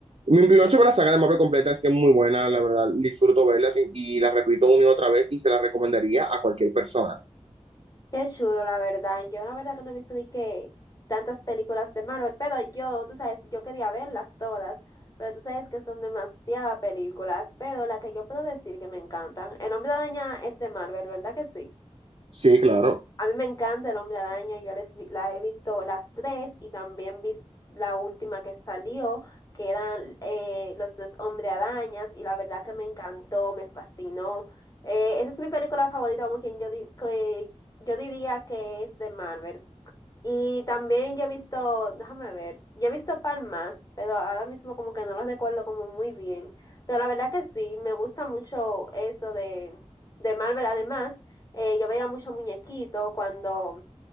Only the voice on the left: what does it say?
Qué chulo, la verdad. Yo la verdad que no he visto ni que tantas películas de Marvel, pero yo, tú sabes, yo quería verlas todas, pero tú sabes que son demasiadas películas, pero la que yo puedo decir que me encantan, El Hombre Araña es de Marvel, ¿verdad que sí?
A mí me encanta el Hombre Araña, yo les vi- la he visto las tres y también vi la última que salió, que eran eh, los dos Hombre Arañas y la verdad que me encantó, me fascinó. Eh, esa es mi película favorita, como quien yo, di- que yo diría que es de Marvel. Y también yo he visto, déjame ver, yo he visto palmas pero ahora mismo como que no los recuerdo como muy bien. Pero la verdad que sí, me gusta mucho eso de, de Marvel. Además, eh, yo veía mucho muñequito cuando